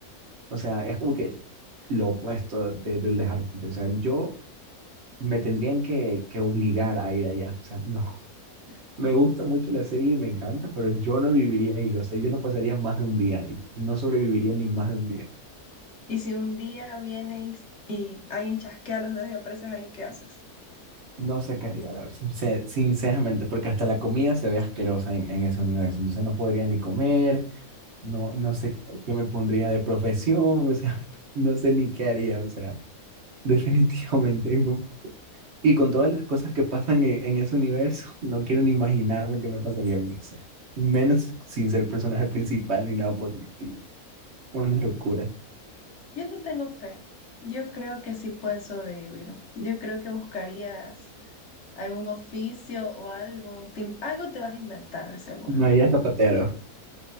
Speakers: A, on the right; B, on the left.
A: O sea, es como que lo opuesto de- del de Harry Potter. O sea, yo me tendrían que, que obligar a ir allá. O sea, no. <laughs> Me gusta mucho la serie y me encanta, pero yo no viviría ahí. O sea, yo no pasaría más de un día ahí. No sobreviviría ni más de un día.
B: Y si un día vienes y, alguien chasquea los dedos y apareces ahí, ¿qué haces?
A: No sé qué haría, la verdad, sincer- sinceramente, porque hasta la comida se ve asquerosa en, en ese universo. Entonces no podría ni comer, no, no sé qué qué me pondría de profesión, o sea, <laughs> no sé ni qué haría, o sea, <laughs> definitivamente. no. Y con todas las cosas que pasan en, en ese universo, <laughs> no quiero ni imaginarme qué me pasaría a mí, o sea, menos sin ser personaje principal ni nada por el estilo. Una locura.
B: Yo te tengo fe. Yo creo que sí puedes sobrevivir. Yo creo que buscarías algún oficio o algo. Te- algo te vas a inventar de seguro.
A: María Zapatero.